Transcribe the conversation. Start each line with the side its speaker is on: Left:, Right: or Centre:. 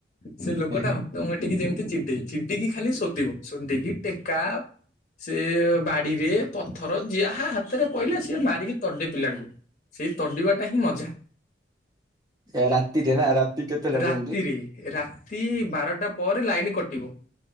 Left: ସେ ଲୋକଟା
Right: ହେ ହେ
Left: ଅଟୋମେଟିକ କି ଯେମିତି ତେ ଚିଡେ ଚିଡ଼ିକି ଖାଲି ଶୋଧିବ ଶୋଧିକି ଟେକା ସେ ବାଡିରେ ପଥର ଯାହା ହାତରେ ପଇଲା ସିଏ ମାରିକି ତଡେ ପିଲାଙ୍କୁ ସେଇ ତଡିବାଟା ହିଁ ମଜା
Right: <unintelligible> <unintelligible> ରାତି କେତେଟା
Left: ରାତିରେ
Right: ଏମତି
Left: ରାତି ବାରଟା ପରେ ଲାଇନ କଟିବ